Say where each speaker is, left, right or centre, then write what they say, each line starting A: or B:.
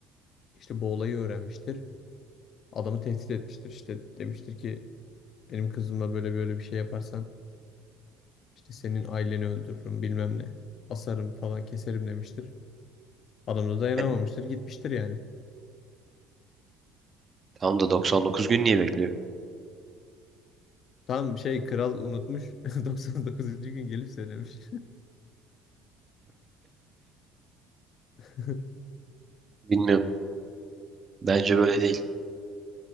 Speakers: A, on the left (about 55°); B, on the right (about 30°).
A: işte bu olayı öğrenmiştir. Adamı tehdit etmiştir. İşte demiştir ki benim kızımla böyle böyle bir şey yaparsan işte senin aileni öldürürüm bilmem ne. Asarım falan keserim demiştir. Adam da dayanamamıştır
B: Yani
A: gitmiştir yani.
B: tam da 99 gün niye bekliyor?
A: Tam şey kral unutmuş. <laughs> 99. gün gelip söylemiş. <laughs>
B: Bilmiyorum. Bence böyle değil.